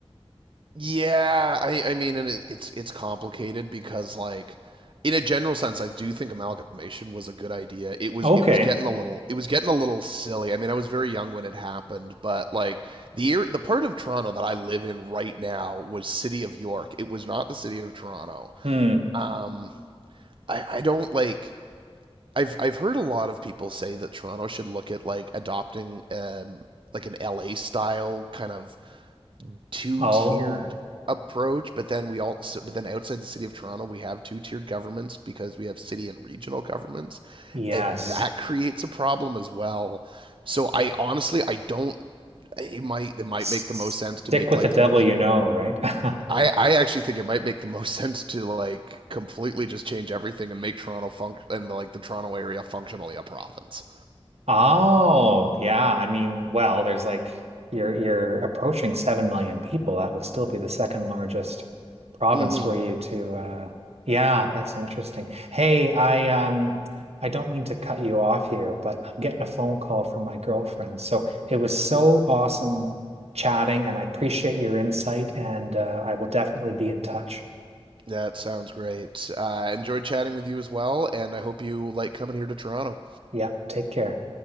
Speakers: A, on the right; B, on the right.
A: Yeah, I, I mean, and it, it's it's complicated because like in a general sense, I do think amalgamation was a good idea. It was
B: Okay.
A: it was getting a little it was getting a little silly. I mean, I was very young when it happened, but like the ar- the part of Toronto that I live in right now was City of York. It was not the City of Toronto.
B: Hmm.
A: Um, I I don't like. I've I've heard a lot of people say that Toronto should look at like adopting um like an LA style kind of two
B: Oh,
A: tiered approach, but then we also but then outside the city of Toronto we have two tiered governments because we have city and regional governments
B: yes.
A: and that creates a problem as well. So I honestly I don't it might it might
B: S-
A: make the most sense to
B: Stick
A: make
B: with
A: like
B: the devil
A: the
B: you know, right? <laughs>
A: I, I actually think it might make the most <laughs> sense to like completely just change everything and make Toronto func and like the Toronto area functionally a province.
B: Oh, yeah. I mean, well, there's like you're you're approaching seven million people. That would still be the second largest province
A: Mm-hmm.
B: for you to uh yeah, that's interesting. Hey, I um I don't mean to cut you off here, but I'm getting a phone call from my girlfriend. So it was so awesome chatting, and I appreciate your insight, and uh, I will definitely be in touch.
A: That sounds great. I Uh, enjoyed chatting with you as well, and I hope you like coming here to Toronto.
B: Yeah, take care.